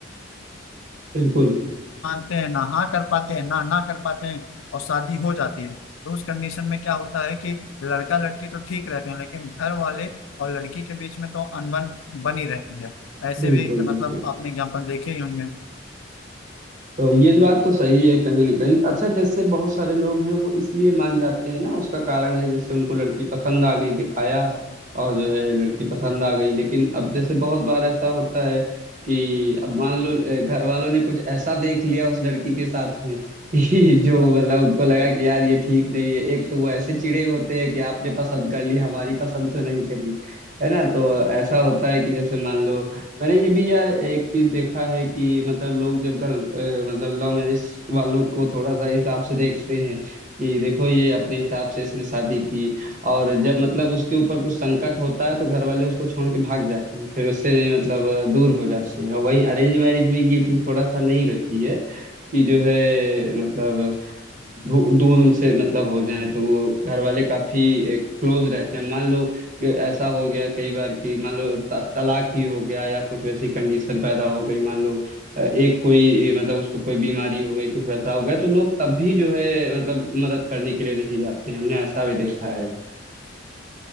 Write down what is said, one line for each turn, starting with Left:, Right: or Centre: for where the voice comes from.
Right: बिल्कुल
Left: मानते हैं ना हाँ कर पाते हैं ना ना कर पाते हैं और शादी हो जाती है तो उस कंडीशन में क्या होता है कि लड़का लड़की तो ठीक रहते हैं लेकिन घर वाले और लड़की के बीच में तो अनबन बनी रहती है ऐसे
Right: बिल्कुल
Left: भी
Right: बिल्कुल
Left: मतलब आपने एग्जाम्पल देखे ही होंगे
Right: तो ये बात तो सही है कहीं ना कहीं अच्छा जैसे बहुत सारे लोग हैं वो इसलिए मान जाते हैं ना उसका कारण है जैसे उनको लड़की पसंद आ गई दिखाया और जो है लड़की पसंद आ गई लेकिन अब जैसे बहुत बार ऐसा होता है कि अब मान लो अ, घर वालों ने कुछ ऐसा देख लिया उस लड़की के साथ में <laughs> कि जो मतलब उनको लगा कि यार ये ठीक नहीं है एक तो वो ऐसे चिड़े होते हैं कि आपने पसंद कर ली हमारी पसंद से नहीं करी है ना तो ऐसा होता है कि जैसे मान लो मैंने ये भी यार एक चीज देखा है कि मतलब लोग जब गल अ, मतलब लव मैरिज वालों को थोड़ा सा हिसाब से देखते हैं कि देखो ये अपने हिसाब से इसने शादी की और जब मतलब उसके ऊपर कुछ संकट होता है तो घर वाले उसको छोड़ के भाग जाते हैं फिर उससे नहीं मतलब अ, दूर हो जाते हैं और वहीं अरेंज मैरिज में ये चीज थोड़ा सा नहीं रहती है कि जो है मतलब दू, दूर उनसे मतलब हो जाए तो वो घर वाले काफी क्लोज रहते हैं मान लो कि ऐसा हो गया कई बार कि मान लो त- तलाक ही हो गया या कुछ वैसी कंडीशन पैदा हो गई मान लो अ, एक कोई अ, मतलब उसको कोई बीमारी हो गई कुछ वैसा हो गया तो लोग तब भी जो है मतलब मदद करने के लिए नहीं जाते हैं हमने ऐसा भी देखा है